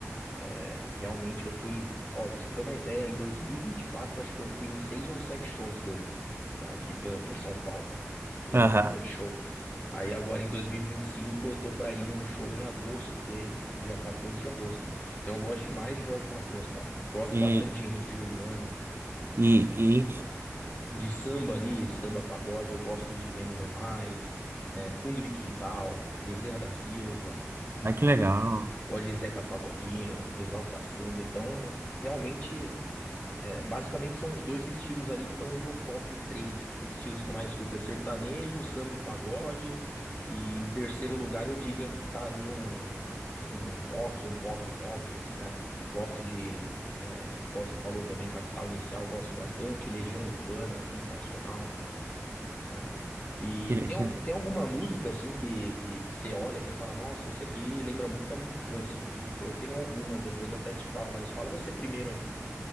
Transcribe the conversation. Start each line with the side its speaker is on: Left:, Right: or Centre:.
Left: é, realmente eu fui. Ó, pra você ter uma ideia, em 2024, eu acho que eu fui em seis ou sete shows deles, né? Aqui pela- por São Paulo. Teve
Right: Aham.
Left: bastante show. Aí agora em 2025 eu tô pra ir em um show em agosto deles, dia 14 de agosto. Então eu gosto demais de Jorge Mateus, cara. Gosto
Right: E,
Left: bastante de Henrique e Juliano,
Right: e, e...
Left: de samba ali, samba pagode, eu gosto de Menos é Mais, é, Fundo de Quintal, Bezerra da Silva,
Right: Ah, que
Left: é,
Right: legal.
Left: gosto de Zeca Pagodinho, Exalta Samba. Então, realmente É, basicamente são os dois estilos ali que estão no meu top 3 estilos que eu mais escuto. É sertanejo, samba e pagode. E em terceiro lugar eu diria que tá ali um, um rock, um pop rock, né? Gosto de, é, igual você falou também, Capital Inicial, gosto bastante. Legião Urbana, sensacional, né? E
Right: Que le-
Left: tem, al- tem alguma música assim que, que, que você olha, você fala, nossa, isso aqui lembra muito a minha infância. Eu tenho algumas, depois até te falo, mas fala você primeiro, hein?